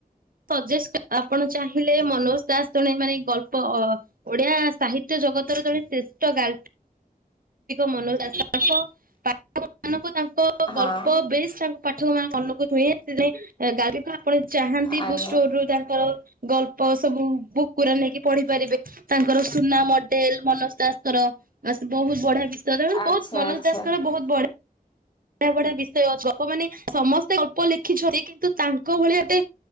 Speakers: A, on the right (about 65°); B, on the left (about 30°).
A: ସଜେସ୍ ଆପଣ ଚାହିଁଲେ ମନୋଜ ଦାସ୍ ଜଣେ ମାନେ ଗଳ୍ପ ଓଡିଆ ସାହିତ୍ୟ ଜଗତର ଜଣେ ଶ୍ରେଷ୍ଠ ଗାଲ୍ ମନ ଦାସ ପାଠ ମାନଙ୍କୁ ତାଙ୍କ
B: ହଁ
A: ଗଳ୍ପ ବେଶ ତାଙ୍କ ପାଠକୁ ମେ ମନକୁ ଛୁଏଁ। ସେଥିପାଇଁ ଗ ଆପଣ ସବୁ
B: ଆଜ୍ଞା
A: ଷ୍ଟୋରୁ ତାଙ୍କର ଗଳ୍ପ ସବୁ ବୁ ପୁରା ନେଇକି ପଢି ପାରିବେ। ତାଙ୍କର ସୁନା ମଡେଲ୍ ମନଜ ଦାସ୍ ଙ୍କର। ଆ ବହୁତ ବଢିଆ
B: ଆଚ୍ଛା
A: ବହୁତ ମନଜ
B: ଆଚ୍ଛା
A: ଦାସ୍ ଙ୍କର ବହୁତ ବଢଆ। ବ ବଢିଆ ବିଷୟ ଅଛି। ଗପ ମାନେ ସମସ୍ତେ ଗଳ୍ପ ଲେଖିଛନ୍ତି। କିନ୍ତୁ ତାଙ୍କ ଭଳି ଗୋଟେ